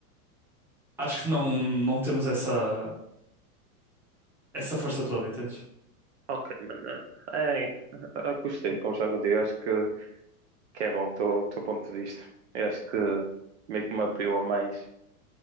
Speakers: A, in the centre; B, on the right (about 50°).
A: acho que não, não temos essa, essa força toda, entendes?
B: Ok, mano. É, eu gostei de conversar contigo. Eu Acho que, que é bom o teu, o teu ponto de vista. Eu acho que meio que me abriu a mais,